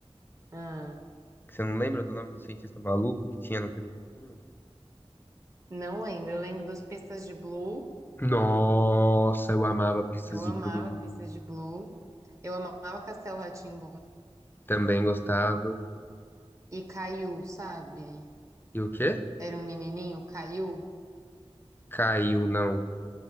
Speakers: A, on the right; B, on the left.
A: Ah,
B: que você não lembra do nome do cientista maluco que tinha na TV Cultura?
A: não lembro. Eu lembro dos Pistas de Blue.
B: Nossa, eu amava Pistas
A: Eu
B: de
A: amava
B: Blue,
A: Pistas de Blue. Eu amava Castelo rá tim
B: também gostava.
A: E Caiu, sabe?
B: E o quê?
A: Era um menininho, Caiu.
B: Caiu, não.